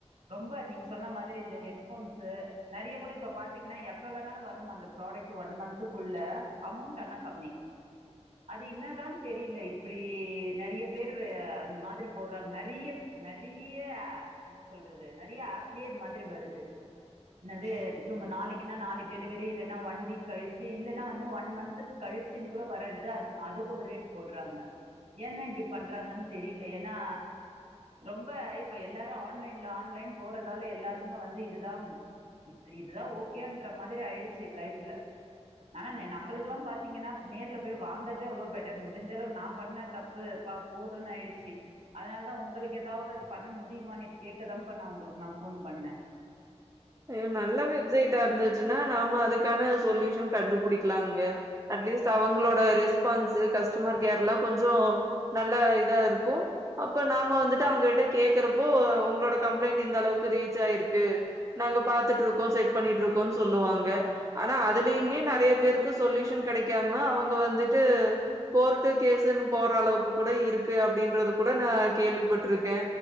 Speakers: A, on the right; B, on the right.
A: ரொம்ப நீங்க சொன்ன மாதிரி இந்த ஹெட் ஃபோன்ஸ்ஸு நறைய கூட இப்ப பாத்தீங்கன்னா எப்ப வேணாலு வரும் அந்த ப்ராடக்ட் ஒன் மந்த்துகுள்ள அமௌண்ட் ஆனா கம்மி அது இன்னாதா தெரில இப்டி நெறைய பேரு அந்த மாரி போட்றாங்க நெறையப் நெறைய என்ன சொல்றது நெறைய ஆப்லே இந்த மாதிரி வருது என்னது டூ ம நாளைக்குன்னா நாளைக் டெலிவரி இல்லன்னா ஒன் வீக் கழிச்சு இல்லன்னா வந்து ஒன் மந்த்து கழிச்சின் கூட வரர்து அந் அதுக்கு ஒரு ரேட் போட்றாங்க ஏந்தா இப்டி பண்றாங்கன் தெரில ஏனா ரொம்ப இப்ப எல்லாரு ஆன்லைன்ல ஆன்லைன் போறதால எல்லாருக்குமே வந்து இதுதா இது இதுதா ஓகேன்ற மாதிரி ஆயிடுச்சு லைஃப்ல ஆனானே நம்ளுக்குல்லா பாத்தீங்கன்னா நேர்ல போய் வாங்குறதே எவ்ளோ பெட்டர் மு முடிஞ்சளவு நா பண்ண தப்பு அப்பா போதுன்னு ஆயிடுச்சு அதனால் தா உங்களுக் ஏதாவது அது பண்ண முடியமான்னுட்டு கேக்கதான்ப்பா நா உங்களுக்கு நா போன் பண்ணே
B: ஐயோ நல்ல வெப்சைட்டா இருந்துச்சுன்னா நாம அதுக்கான சொல்யூஷன் கண்டுபிடிக்கலாங்க அட்லீஸ்ட் அவங்களோட ரெஸ்பான்ஸூ கஸ்டமர் கேர்லா கொஞ்சோ நல்ல இதா இருக்கு அப்போ நாம வந்துட்டு அவங்ககிட்ட கேக்குறப்போ உங்களோட கம்ப்ளைண்ட் இந்த அளவுக்கு ரீச் ஆயிருக்கு நாங்க பாத்துட்ருக்கோ செக் பண்ணிட்ருக்கோன் சொல்லுவாங்க ஆனா அதுலயுமே நெறய பேருக்கு சொல்யூஷன் கெடைக்காம அவங்க வந்துட்டு கோர்ட்டு கேசுன்னு போற அளவுக்கு கூட இருக்கு அப்டின்றது கூட நா கேள்விபட்ருக்கே